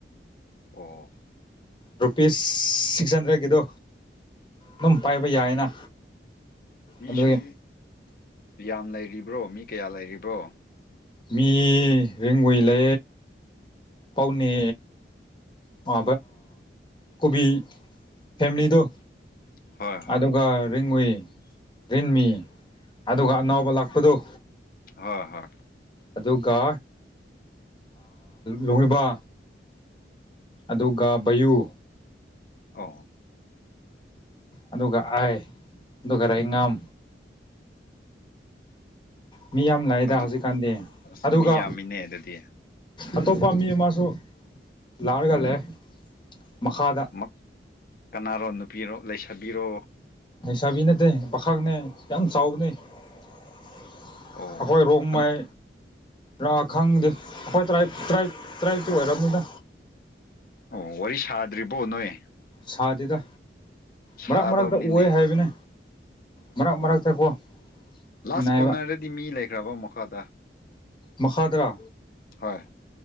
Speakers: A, on the left; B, on the left.
A: ꯑꯣ
B: ꯔꯨꯄꯤꯁ ꯁꯤꯛꯁ ꯍꯟꯗ꯭ꯔꯦꯠꯀꯤꯗꯣ ꯑꯗꯨꯝ ꯄꯥꯏꯕ ꯌꯥꯏꯅ
A: ꯃꯤꯁꯣꯏ
B: ꯑꯗꯨꯒꯤ
A: ꯌꯥꯝ ꯂꯩꯔꯤꯕ꯭ꯔꯣ ꯃꯤ ꯀꯌꯥ ꯂꯩꯔꯤꯕ꯭ꯔꯣ
B: ꯃꯤ ꯔꯦꯡꯒꯏꯂꯦ ꯄꯥꯎꯅꯦ ꯃ ꯀꯕꯤ ꯐꯦꯃꯤꯂꯤꯗꯨꯣ
A: ꯍꯣꯏ ꯍꯣꯏ
B: ꯑꯗꯨꯒ ꯔꯤꯡ ꯎꯨꯏ ꯔꯤꯟꯃꯤ ꯑꯗꯨꯒ ꯑꯅꯥꯎꯕ ꯂꯥꯛꯄꯗꯨꯣ
A: ꯍꯣꯏ ꯍꯣꯏ
B: ꯑꯗꯨꯒ ꯂꯣꯡꯉꯕ ꯑꯗꯨꯒ ꯕꯌꯨ
A: ꯑ
B: ꯑꯗꯨꯒ ꯑꯥꯏ ꯑꯗꯨꯒ ꯔꯥꯏꯉꯝ ꯃꯤ ꯌꯥꯝ ꯂꯥꯛꯑꯦꯗ
A: ꯑꯗꯨ
B: ꯍꯧꯖꯤꯛꯀꯥꯟꯗꯤ
A: ꯑꯁ
B: ꯑꯗꯨꯒ
A: ꯃꯤ ꯌꯥꯝꯃꯤꯅꯦ ꯑꯗꯨꯗꯤ
B: ꯑꯇꯣꯞꯄ ꯃꯤ ꯑꯃꯁꯨ ꯂꯥꯎꯔꯒ ꯂꯩꯔꯦ ꯃꯈꯥꯗ
A: ꯃꯛ ꯀꯅꯥꯔꯣ ꯅꯨꯄꯤꯔꯣ ꯂꯩꯁꯕꯤꯔꯣ
B: ꯂꯩꯩꯁꯥꯕꯤ ꯅꯠꯇꯦ ꯄꯥꯈꯪꯅꯦ ꯌꯥꯝ ꯆꯥꯎꯕꯅ ꯑꯩꯈꯣꯏ
A: ꯑꯣ
B: ꯔꯣꯡꯃꯥꯏ
A: ꯑꯟ
B: ꯔꯥ ꯈꯪꯗꯦ ꯑꯩꯈꯣꯏ ꯇ꯭ꯔꯥꯞ ꯇ꯭ꯔꯥꯏꯞ ꯇ꯭ꯔꯥꯏꯞ ꯇꯤ ꯑꯣꯏꯔꯝꯅꯤꯗ
A: ꯑꯣ ꯋꯥꯔꯤ ꯁꯥꯗ꯭ꯔꯤꯕꯣ ꯅꯣꯏ
B: ꯁꯥꯗꯦꯗ
A: ꯁꯥꯗꯕꯅꯤꯅꯦ
B: ꯃꯔꯛ ꯃꯔꯛꯇ ꯎꯋꯦ ꯍꯥꯏꯕꯅꯦ ꯃꯔꯛ
A: ꯑꯣ
B: ꯃꯔꯛꯇꯥꯛ ꯀꯦ
A: ꯂꯥꯁ
B: ꯎꯅꯥꯏꯕ
A: ꯀꯣꯔꯅꯔꯗꯗꯤ ꯃꯤ ꯂꯩꯈ꯭ꯔꯕ ꯃꯈꯥꯗ
B: ꯃꯈꯥ ꯗꯥꯔꯥ
A: ꯍꯣꯏ